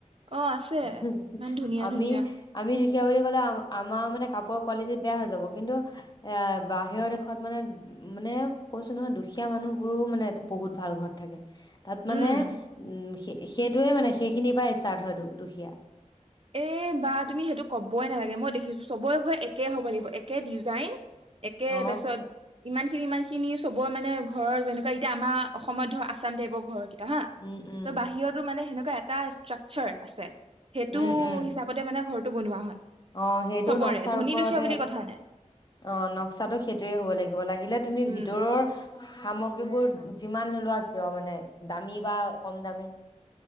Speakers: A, on the right (about 45°); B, on the left (about 35°).
A: অ আছে
B: হোঁ, হোঁ!
A: ইমান ধুনীয়া
B: আমি,
A: ধুনীয়া
B: আমি দুখীয়া বুলি ক'লে, আ- আমাৰ মানে, কাপোৰ কোৱালিটি বেয়া হৈ যাব। কিন্তু, এ, বাহিৰৰ দেশত মানে, মানে, কৈছোঁ নহয়! দুখীয়া মানুহবোৰো মানে, বহুত ভাল ঘৰত থাকে। তাত মানে,
A: উম
B: উম, সেই-সেইটোৱে মানে, সেইখিনিৰ পৰা ষ্টাৰ্ট হয়, দু-দুখীয়া।
A: এ, বা তুমি সেইটো ক'বই নালাগে! মই দেখিছোঁ, চবৰে ঘৰ একে হ'ব লাগিব, একে ডিজাইন। একে,
B: অ
A: তাৰপিছত ইমান খিনি-ইমান খিনি চবৰ মানে, ঘৰৰ যেনেকুৱা এতিয়া, আমাৰ অসমত ধৰ, আছাম টাইপৰ ঘৰ। ত' হা।
B: উম উম
A: ত' বাহিৰতো মানে, সেনেকুৱা এটা ষ্ট্ৰাক্সাৰ আছে। সেইটো
B: উম, উম।
A: হিচাপতে মানে, ঘৰটো বনোৱা হয়।
B: অ সেইটো
A: চবৰে,
B: নক্সাৰ
A: ধনী-
B: ওপৰতে
A: দুখীয়া বুলি কথা নাই।
B: অ'! নক্সাটো সেইটোৱে হ'ব লাগিব। লাগিলে তুমি,
A: উম
B: ভিতৰৰ সামগ্ৰীবোৰ যিমান নোলোৱা কিয় মানে, দামী বা কম দামী।